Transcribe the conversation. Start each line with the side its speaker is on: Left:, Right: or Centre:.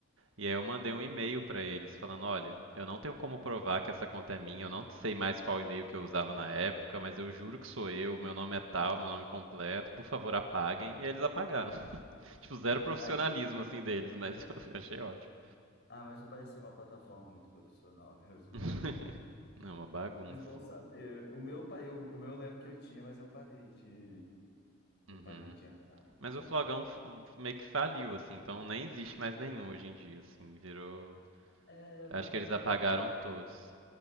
Right: E aí eu mandei um e-mail pra eles falando, olha, eu não tenho como provar que essa conta é minha, eu não sei mais qual e-mail que eu usava na época, mas eu juro que sou eu, meu nome é tal, meu nome completo, por favor apaguem. E aí eles apagaram. <laughs> Tipo, zero profissionalismo
Left: Ai, que bom.
Right: assim deles, mas <laughs> eu achei ótimo.
Left: Ah, mas não parecia uma plataforma muito profissional <laughs> mesmo,
Right: <laughs>
Left: não, na época.
Right: Não, uma bagunça.
Left: Mas bom saber. O meu, pa- eu, o meu eu lembro que eu tinha, mas eu parei de, eu
Right: Uhum.
Left: parei de entrar depois
Right: Mas
Left: de
Right: o
Left: um
Right: Flogão
Left: tempo.
Right: f- meio que faliu, assim, então nem existe mais nenhum hoje em dia, assim, virou.
Left: É, eu
Right: Acho
Left: tava
Right: que eles
Left: lembrando.
Right: apagaram todos.